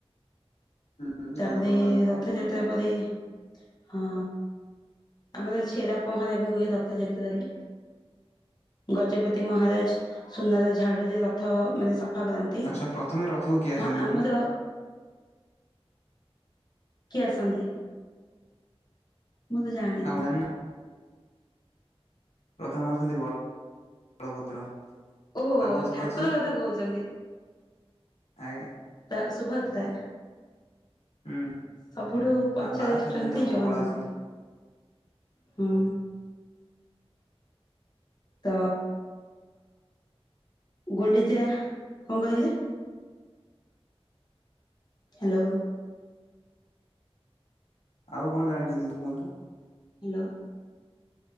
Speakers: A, on the left; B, on the left.
A: ହୁଁ
B: ତାପରେ
A: ଘଣ୍ଟ ହୁଳା ହୁଳି
B: ରଥଯାତ୍ରା
A: ଯେମିତି
B: ପରେ ହଁ ଆମର ଛେରା ପହଁରା ହୁଏ ରଥଯାତ୍ରାରେ ଗଜପତି ମହାରାଜ ସୁନାର ଝାଡୁରେ ରଥ ମାନେ ସ ଫା କରନ୍ତି
A: ଆଚ୍ଛା ପ୍ରଥମେ ରଥକୁ କିଏ ଆସନ୍ତି
B: ଆଁ ଆମର
A: କୁହନ୍ତୁ?
B: କିଏ ଆସନ୍ତି। ମୁଁ ତ ଜାଣିନି
A: ଆପଣ ଜାଣିନା ପ୍ରଥମେ ଆସନ୍ତି ବଳଭଦ୍ର
B: ଓହୋ
A: ତା ପଛେ
B: ଠାକୁର
A: ପଛେ
B: କଥା କୋହୁଚନ୍ତି
A: ଆଜ୍ଞା
B: ତା ସୁଭଦ୍ରା
A: ହୁଁ
B: ସବୁଠୁ ପଛରେ
A: ଆଉ ଲାଷ୍ଟ
B: ଆସୁଛନ୍ତି
A: ଅଛନ୍ତି ଆମ
B: ଜଗନ୍ନାଥ
A: କଳାଶାନ୍ତ
B: ହୁଁ। ତ ଗୁଣ୍ଡିଚା କଁ କହିଲେ ହାଲୋ
A: ଆଉ କଣ ଜାଣିଚନ୍ତି ତ କୁହନ୍ତୁ।
B: ହାଲୋ।